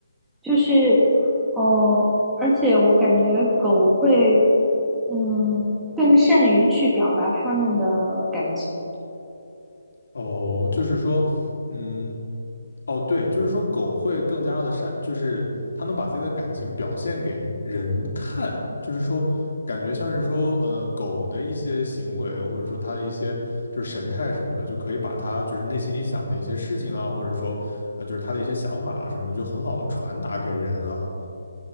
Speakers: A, in the centre; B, on the left.
A: 就是，哦，而且我感觉狗会，嗯，更善于去表达它们的感情。
B: 哦，就是说，嗯。哦，对，就是说狗会更加的善，就是它能把自己的感情表现给人看，就是说感觉像是说，呃，狗的一些行为或者说它的一些就是神态什么的，就可以把它就是内心里想的一些事情啊，或者说呃就是它的一些想法啊什么的，就很好的传达给人啊，